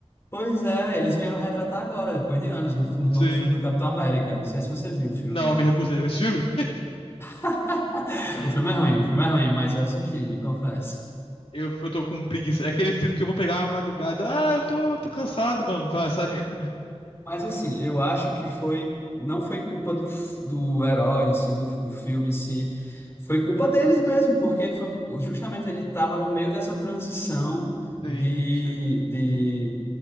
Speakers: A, on the left (about 25°); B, on the left (about 55°).
A: Pois é, eles vieram retratar agora, depois de anos, no, no
B: Sim.
A: novo filme do Capitão América. Não sei se você viu o filme.
B: Não, eu me recusei a ver esse filme.
A: <laughs>
B: <laughs>
A: O filme é ruim, o filme é ruim, mas eu assisti, confesso.
B: Eu, eu tô com preguiça. É aquele filme que eu vou pegar uma madrugada. Ah, eu tô, tô cansado, vamos, vai, sabe? <laughs>
A: Mas assim, eu acho que foi, não foi culpa do, f- do herói em si, do, do filme em si, foi culpa deles mesmo, porque foi um- justamente ele estava no meio dessa transição
B: Sim,
A: de,
B: sim,
A: de